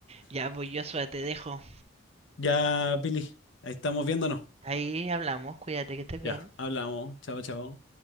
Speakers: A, on the right; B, on the left.
A: ya, pues Joshua, te dejo.
B: Ya, Billy, ahí estamos viéndonos.
A: Ahí hablamos, cuídate que estés bien.
B: Ya, hablamos. Chao, chao.